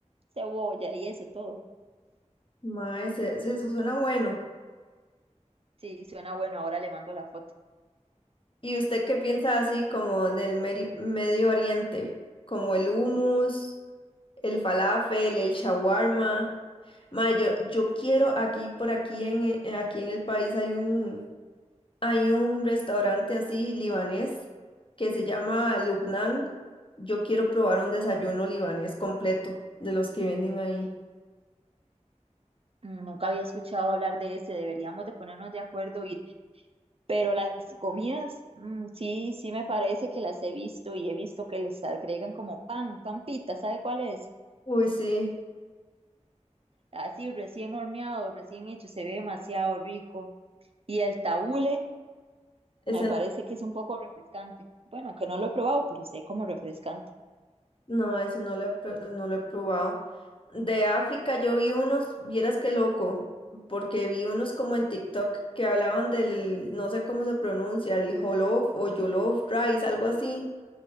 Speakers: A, on the right; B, on the left.
A: cebolla y eso todo.
B: Mae, se- se- eso suena bueno.
A: Sí, suena bueno, ahora le mando la foto.
B: ¿Y usted qué piensa así como del Meri- Medio Oriente? Como el hummus, el falafel, el shawarma. Mae, yo, yo quiero aquí, por aquí en, e- eh, aquí en el país hay un, hay un restaurante así libanés que se llama Lubnan. Yo quiero probar un desayuno libanés completo de los que venden ahí.
A: Mm, Nunca había escuchado hablar de ese, deberíamos de ponernos de acuerdo ir, pero las comidas, mm, sí, sí me parece que las he visto y he visto que les agregan como pan, pampita, ¿sabe cuál es?
B: Uy, sí,
A: Así recién horneado, recién hecho, se ve demasiado rico. Y el tabule
B: es
A: me parece que es un poco refrescante. Bueno, que no lo he probado, pero sé como refrescante.
B: No, eso no lo he, pro- no lo he probado. De África yo vi unos, vieras qué loco, porque vi unos como en TikTok que hablaban del, no sé cómo se pronuncia, el jollof o jollof rice, algo así.